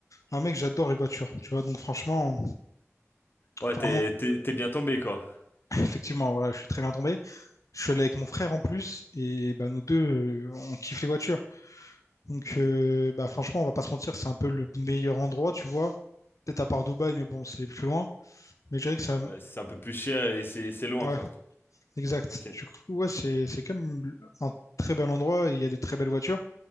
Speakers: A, on the left; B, on the left.
A: un mec, j'adore les voitures. Tu vois, donc franchement,
B: Ouais, t'es
A: enfin, mon-
B: t'es t'es bien tombé, quoi.
A: <laughs> effectivement, voilà, je suis très bien tombé. Je suis allé avec mon frère en plus. Et bah, nous deux, euh, on kiffe les voitures. Donc,
B: Hmm.
A: euh, bah, franchement, on va pas se mentir, c'est un peu le meilleur endroit, tu vois. Peut-être à part Dubaï, mais bon, c'est plus loin. Mais je dirais que ça.
B: Ouais, c'est un peu plus cher et c'est c'est loin,
A: Ouais,
B: quoi.
A: Exact.
B: Ok.
A: Du coup, ouais, c'est c'est quand même un très bel endroit et il y a des très belles voitures.